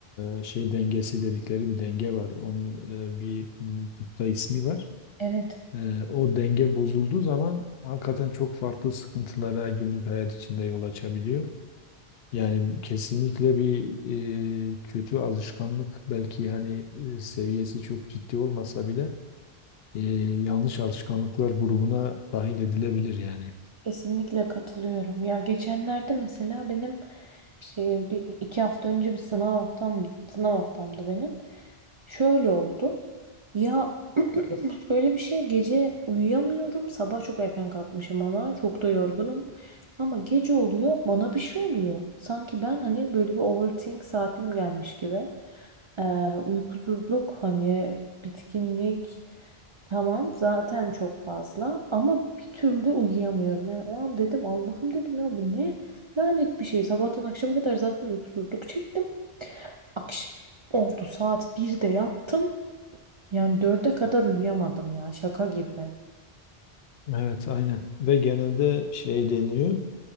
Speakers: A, on the left; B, on the right.
A: e, şey dengesi dedikleri bir denge var. Onun e, bir m, tıpta ismi var.
B: Evet.
A: E, o denge bozulduğu zaman hakikaten çok farklı sıkıntılara günlük hayat içinde yol açabiliyor. Yani kesinlikle bir e, kötü alışkanlık belki hani e, seviyesi çok ciddi olmasa bile e, yanlış alışkanlıklar grubuna dahil edilebilir yani.
B: Kesinlikle katılıyorum. Ya geçenlerde mesela benim işte bir, iki hafta önce bir sınav haftam sınav haftamdı benim. Şöyle oldu. Ya <clears throat> şöyle bir şey gece uyuyamıyorum. Sabah çok erken kalkmışım ama çok da yorgunum. Ama gece oluyor bana bir şey oluyor. Sanki ben hani böyle bir overthink saatim gelmiş gibi. Ee, uykusuzluk hani bitkinlik tamam zaten çok fazla ama bir türlü uyuyamıyorum. Yani o an dedim Allah'ım dedim ya bu ne lanet bir şey. Sabahtan akşama kadar zaten uykusuzluk çektim. Akş oldu saat birde yattım. Yani dörde kadar uyuyamadım ya şaka gibi.
A: Evet, aynen. Ve genelde şey deniyor.